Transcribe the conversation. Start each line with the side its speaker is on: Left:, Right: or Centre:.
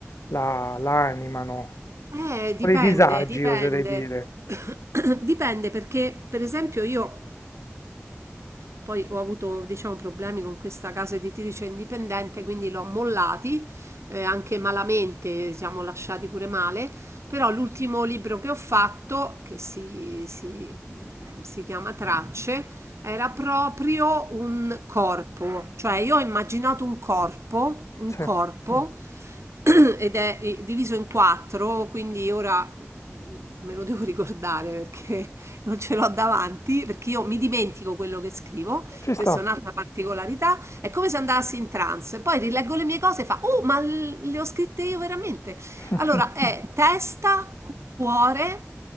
Left: la, la animano?
Right: Eh, dipende,
Left: Quali disagi
Right: dipende.
Left: oserei dire?
Right: <coughs> Dipende perché, per esempio, io poi ho avuto, diciamo, problemi con questa casa editrice indipendente, quindi l'ho mollati, eh, anche malamente, siamo lasciati pure male, però l'ultimo libro che ho fatto, che si, si- si chiama Tracce, era proprio un corpo, cioè io ho immaginato un corpo, un
Left: Sì,
Right: corpo, <clears throat> ed è eh, diviso in quattro, quindi ora me lo devo ricordare perché non ce l'ho davanti perché io mi dimentico quello che scrivo,
Left: ci
Right: questa
Left: sta.
Right: è un'altra particolarità, è come se andassi in trance, poi rileggo le mie cose e fa, oh, ma le ho scritte io veramente.
Left: <laughs>
Right: Allora è testa, cuore,